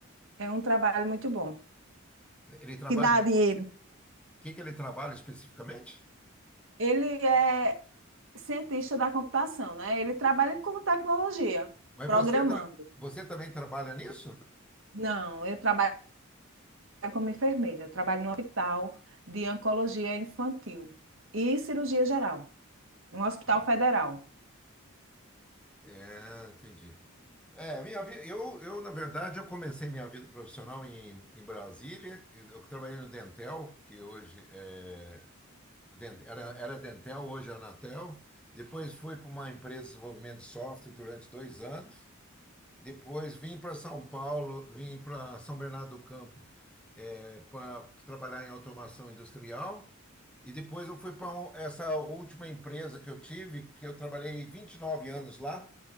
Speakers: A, on the right; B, in the centre.
A: é um trabalho muito bom.
B: Ele trabalha,
A: Que dá
B: em-
A: dinheiro.
B: o que que ele trabalha especificamente?
A: Ele é cientista da computação, né? Ele trabalha com tecnologia,
B: Mas
A: programando.
B: você, tra- você também trabalha nisso?
A: Não, eu trabalho como enfermeira. Eu trabalho no hospital de oncologia infantil e cirurgia geral. um hospital
B: Ah,
A: federal.
B: É, entendi. É, minha vida, eu, eu, na verdade, eu comecei minha vida profissional em, em Brasília. Eu trabalhei no Dentel, que hoje é, Den- era, era Dentel, hoje é Anatel. Depois fui para uma empresa de desenvolvimento de software durante dois anos. Depois vim para São Paulo, vim para São Bernardo do Campo para trabalhar em automação industrial. E depois eu fui para essa última empresa que eu tive, que eu trabalhei 29 anos lá,